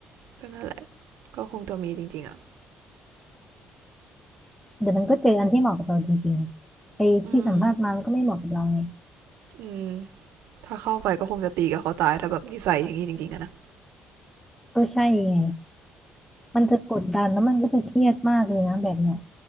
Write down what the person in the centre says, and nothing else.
เดี๋ยวมันก็เจออันที่เหมาะกับเราจริงๆไอ้ที่สัมภาษณ์มามันก็ไม่เหมาะกับเราไง
ก็ใช่ไงมันจะกดดันแล้วมันก็จะเครียดมากเลยนะแบบเนี้ย